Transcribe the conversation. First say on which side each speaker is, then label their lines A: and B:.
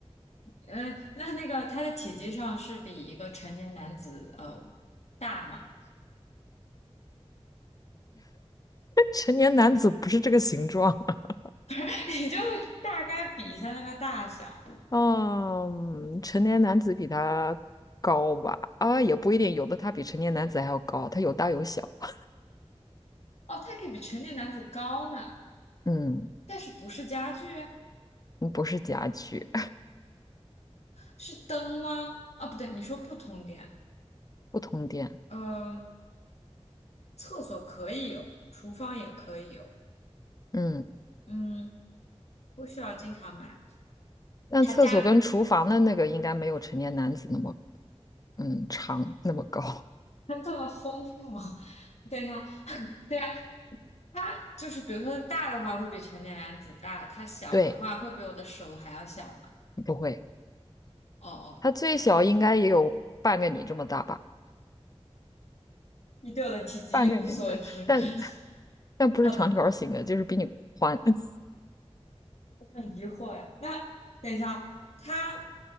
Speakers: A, on the left (about 75°); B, on the left (about 35°).
A: 嗯、呃那那个它的体积上是比一个成年男子呃大嘛？
B: <laughs> 成年男子不是这个形状。<laughs>
A: <laughs> 你就大概比一下那个大小。
B: 嗯，成年男子比它高吧？啊，也不一定，有的它比成年男子还要高，它有大有小。<laughs>
A: 哦，它可以比成年男子高呢，
B: 嗯，
A: 但是不是家具？
B: 不是家具。
A: 是灯吗？啊，不对，你说不通电。
B: 不通电，
A: 嗯，厕所可以有，厨房也可以有。
B: 嗯，
A: 嗯，不需要经常买。
B: 但厕所跟厨房的那个应该没有成年男子那么
A: 他家
B: 嗯长那么高，
A: 它这么丰富吗？<laughs> 对呀，对呀，它就是比如说大的话会比成年男子大，它小的话会比我的手还要小嘛？
B: <laughs> 对，不会，
A: 哦哦，
B: 它最小应该也有半个你这么大吧，
A: 你对我的体积一无所知。
B: 半个你的，但
A: <laughs>
B: 但不是长条形的，
A: 好的，
B: 就是比你宽，<laughs>
A: 我很疑惑哎。那等一下哦，它